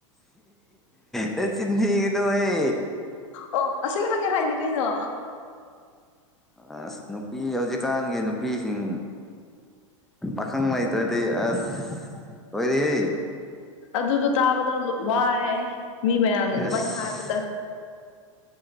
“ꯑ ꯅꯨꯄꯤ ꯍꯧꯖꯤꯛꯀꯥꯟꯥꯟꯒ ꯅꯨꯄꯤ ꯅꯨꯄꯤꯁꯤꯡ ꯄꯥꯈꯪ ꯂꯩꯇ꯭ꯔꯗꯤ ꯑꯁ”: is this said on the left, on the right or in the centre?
Centre